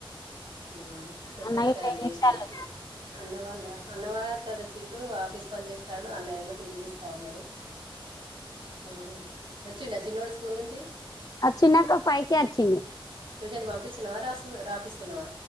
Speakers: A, on the right; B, on the left.
A: ఊ కొంచం
B: అన్న గిట్ల
A: చారు
B: ఏం
A: జేషిన
B: చేత్తాళ్ళు
A: అన్నవాళ్ళ అన్నవాళ్ తద చింటూ ఆఫీస్ పని చేేస్తాడు అన్న ఏమో టీ వీ చూస్తా ఉన్నాడు ఊ వచ్చిండా చిన్నోడు స్కూల్ నుంచి
B: అచ్చిండక్క ఫై కే అచ్చిండు
A: టూషన్ పంపిస్తున్నవా రాస్తు రాపిస్తున్నవా